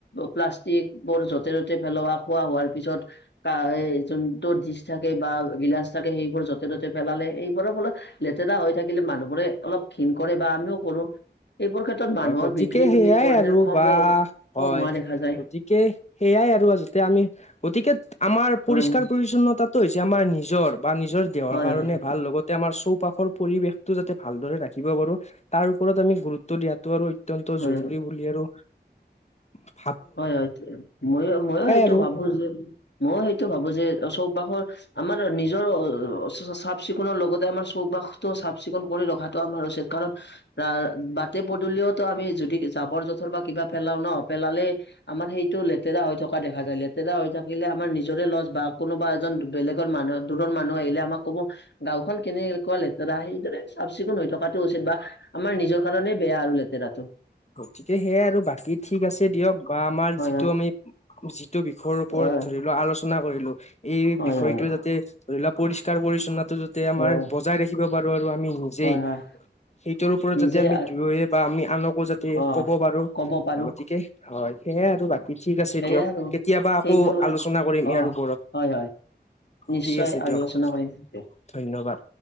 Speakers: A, on the left (about 75°); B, on the left (about 40°).
A: প্লাষ্টিক বোৰ য'তে য'তে পেলোৱা খোৱা হোৱাৰ পিছত যোনটো থাকে বা গিলাচ থাকে সেইবোৰ যতে ত'তে পেলালে এইবোৰ অলপ লেতেৰা হৈ থাকিলে মানুহবোৰে অলপ ঘিণ কৰে বা আমিও কৰো এইবোৰ ক্ষেত্ৰত মানুহৰ
B: হয় গতিকে
A: বিক্ৰী
B: সেইয়াই
A: তুমি
B: আৰু
A: কম
B: বা
A: হৈ
B: হয়
A: কম হোৱা দেখা যায়
B: গতিকে সেইয়াই যতে আমি গতিকে আমাৰ পৰিষ্কাৰ
A: হয়
B: পৰিছন্নতাত হৈছে আমাৰ নিজৰ বা নিজৰ দেহৰ
A: হয়
B: কাৰণে
A: হয়
B: ভাল লগতে আমাৰ চৌপাশৰ পৰিৱেশ টো যাতে ভালদৰে ৰাখিব পাৰো তাৰ ওৰত আমি গুৰুত্ব দিয়াতটো আৰু অত্যন্ত
A: হয়
B: জৰুৰী বুলি আৰু আ
A: হয় হয় ময় ময়ো সেইটো
B: আৰু
A: ভাবো যে ময়ো সেইটো ভাবো যে চৌপাশৰ আমাৰ নিজৰ চাফ চিকুণৰ লগতে আমাৰ চৌপাশতটো চাফ চিকুণ কৰি ৰখাটো আমাৰ উচিত কাৰণ আহ বাটে পদূলিয়েওতো আমি যদি জাবৰ জোথৰ বা কিবা পেলাও ন পেলালে আমাৰ সেইটো লেতেৰা হৈ থকা দেখা যায় লেতেৰা হৈ থাকিলে আমাৰ নিজৰে লছ বা কোনোবা এজন বেলেগৰ মানুহ দূৰৰ মানুহ আহিলে আমাক ক'ব গাওখন কেনেকুৱা লেতেৰা সেইদৰে চাফ চিকুণ হৈ থকাটো উচিত বা আমাৰ নিজৰ কাৰণে বেয়া আৰু লেতেৰাটো
B: তিকে সেইয়াই আৰু বাকী ঠিক আছে দিয়ক বা আমাৰ
A: হয়
B: যিটো
A: হয়
B: আমি যিটো বিষয়ৰ ওপৰত
A: হয়
B: ধৰিলোৱা আলোচনা কৰিলো এই
A: হয়
B: বিষয়টো
A: হয়
B: যাতে ধৰি লোৱা পৰিষ্কাৰ পৰি্ছন্নতটো যাতে আমাৰ
A: হয়
B: বজাই ৰাখিব পাৰো আমি নিজেই
A: হয় হয়
B: সেইটোৰ ওপৰত
A: নিজে
B: যাতে আমি
A: আ-
B: দুয়ো এ বা আনক তাপাছত কি
A: অ
B: কব পাৰো
A: ক'ব পাৰো
B: গতিকে হয় সেইয়াই আৰু বাকী ঠিক আছে
A: সেয়াই
B: দিয়ক
A: আৰু
B: কেতিয়াবা আকৌ
A: সেইবোৰ
B: আলোচনা কৰিম ইয়াৰ
A: অ
B: ওপৰত
A: হয় হয় নিশ্চয়
B: ঠিক আছে দিয়ক
A: আলোচনা কৰিম।
B: ধন্যবাদ